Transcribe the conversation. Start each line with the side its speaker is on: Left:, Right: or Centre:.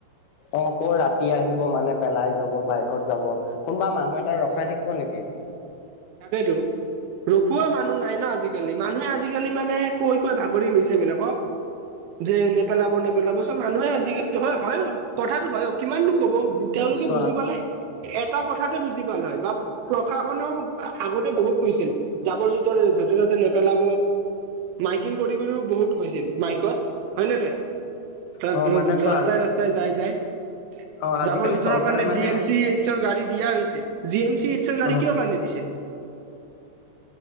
Left: অ, ক ৰাতি আহিব মানে পেলাই যাব বাইকত যাব কোনোবা মানুহ এটা ৰখাই থ হ'ব নেকি?
Right: তাকেইটো। ৰখোৱা মানুহ নাই ন' আজিকালি মানুহে আজিকালি মানে কৈ-কৈ ভাগৰি গৈছে বিলাকক। যে নেপেলাব-নেপেলাব, চব মানুহে আজিকালি হয়-হয় অ, কথাটো হয় অ, কিমানো ক'ব তেওঁলোকে
Left: চোৱা
Right: বুজি পালে। এটা কথাতে বুজি পালে হয় বা প্ৰশাসনেও আগতে বহুত কৈছিল, জাবৰ-জোথৰ য'তে ত'তে নেপেলাব, মাইকিন কৰি কৰিও বহুত কৈছিল, মাইকত হয় নে নাই। তাত
Left: অ
Right: ৰাস্তাই-ৰাস্তাই
Left: মানে চোৱা আজি
Right: যায়-যায়।
Left: অ আজিকালি
Right: জাবৰ জোথৰ
Left: চৰকাৰে
Right: কাৰণে
Left: মানে
Right: জি এম চি এইচৰ গাড়ী দিয়া হৈছে। জি এম চি এইচছৰ গড়ী
Left: অ
Right: কিহৰ কাৰণে দিছে?